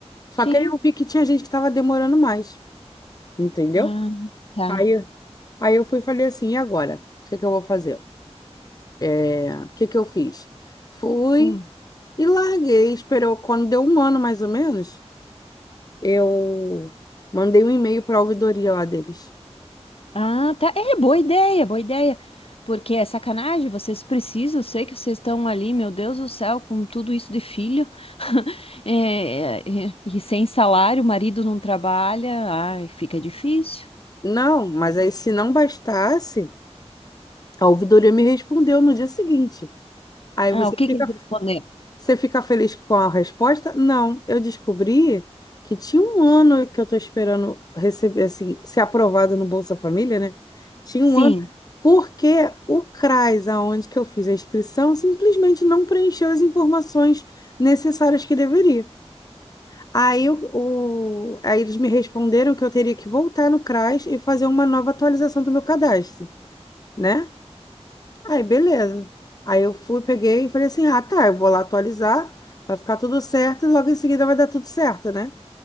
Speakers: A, on the left; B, on the left.
A: Só
B: Sim.
A: que aí eu vi que tinha gente que tava demorando mais, entendeu?
B: Ah, tá.
A: Aí, aí eu fui e falei assim, e agora? O que que eu vou fazer? É, o que que eu fiz? Fui
B: Hum.
A: e larguei, esperou. Quando deu um ano, mais ou menos, eu mandei um e-mail para a ouvidoria lá deles.
B: Ah, tá. É, boa ideia, boa ideia. Porque é sacanagem, vocês precisam, eu sei que vocês estão ali, meu Deus do céu, com tudo isso de filho. <laughs> É, é, é, e sem salário, o marido não trabalha, ai, fica difícil.
A: Não, mas aí se não bastasse. A ouvidoria me respondeu no dia seguinte. Aí
B: Ah,
A: você
B: o que
A: fica,
B: que eles responderam?
A: você fica feliz com a resposta? Não, eu descobri que tinha um ano que eu estou esperando receber, assim, ser aprovado no Bolsa Família, né? Tinha um
B: Sim.
A: ano, porque o CRAS, aonde que eu fiz a inscrição, simplesmente não preencheu as informações necessárias que deveria. Aí, o, o- aí eles me responderam que eu teria que voltar no CRAS e fazer uma nova atualização do meu cadastro, né? Aí, beleza. Aí eu fui, peguei e falei assim: ah, tá, eu vou lá atualizar, vai ficar tudo certo e logo em seguida vai dar tudo certo, né?